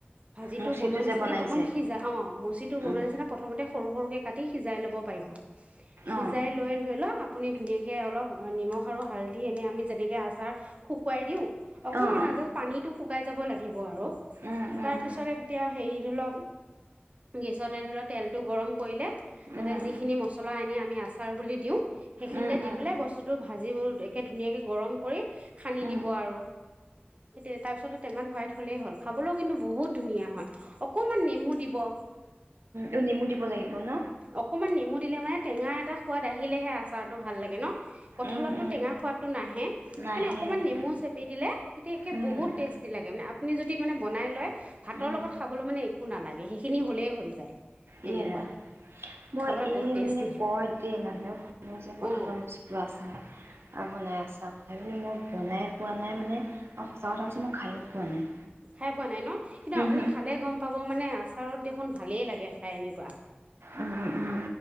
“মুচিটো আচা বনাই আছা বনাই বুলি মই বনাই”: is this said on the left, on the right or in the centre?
Right